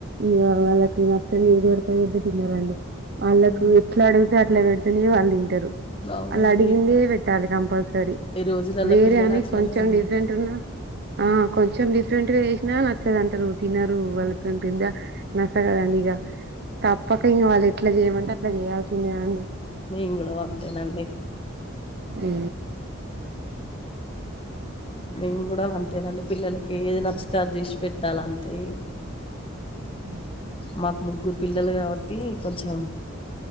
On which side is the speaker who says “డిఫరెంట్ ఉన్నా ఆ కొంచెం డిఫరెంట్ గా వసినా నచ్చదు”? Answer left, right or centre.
Right